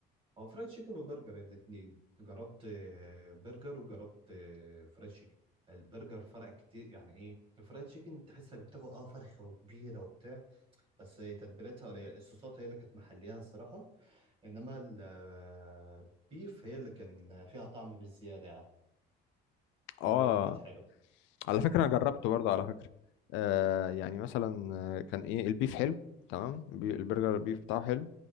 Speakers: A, on the right (about 25°); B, on the left (about 85°).
A: هو فرايد تشيكن وبرجر الاتنين جربت آه، برجر وجربت آه، فرايد تشيكن البرجر فرق كتير يعني ايه الفرايد تشيكن تحسك بتاخد اه فرخه وكبيره وبتاع بس تتبيلتها قليله الصوصات هي اللي كانت محليها الصراحه انما البيف هي اللي كان فيها طعم بالزياده يعني
B: آه
A: البيف هي اللي كانت حلوه
B: على فكرة أنا جربته برضه على فكرة آه يعني مثلا آه، كان إيه البيف حلو تمام بي- البرجر
A: مم.
B: البيف بتاعه حلو